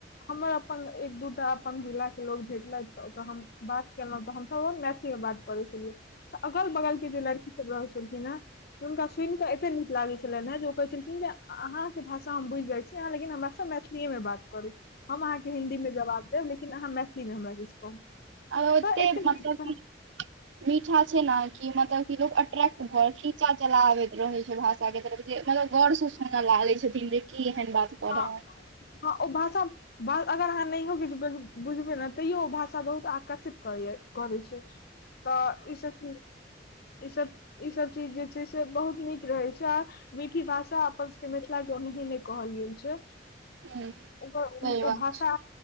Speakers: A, on the left; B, on the right.
A: हमर अपन एक दूटा अपन जिला के लोग भेटलैथ तऽ ओतऽ हम बात केलौं तऽ हमसब अपन मैथिली बात करै छेलियै तऽ अगल बगल के जे लड़की सब रहै छेलखिन हेँ तऽ हुनका सुनिकऽ एते अते नीक लागै छेलैन हेँ जे ओ कहै छेलखिन जे अहाँके भाषा हम बुझि जाइ छी आहाँ लेकिन हमरासँ मैथिलीऐ मे बात करू हम अहाँके हिन्दीमे जवाब देब लेकिन अहाँ मैथिलीमे हमरा किछु कहू
B: आ ओते
A: तऽ एतेक
B: मतलब
A: मीठी भाषा
B: की मीठा छै न कि मतलब की लोग अट्रैक्ट भऽ खीचा चला आबैत रहै छै भाषा के तरफ जे मतलब गौर सँ सुनऽ लागै छथिन जे की एहन बात कऽ
A: हँ
B: रहल
A: हँ ओ भाषा। बात अगर अहाँ नहियों किछ बुझबै न तैयो ओ भाषा बहुत आकर्षित करैये करै छै। तऽ ईसभ की ईसभ ई सब चीज जे छै से बहुत नीक रहै छै आ मीठी भाषा अपन सबके मिथिलाके ओनाहींये नय कहल गेल छै
B: ह
A: ओकर
B: सही बात
A: ओ भाषा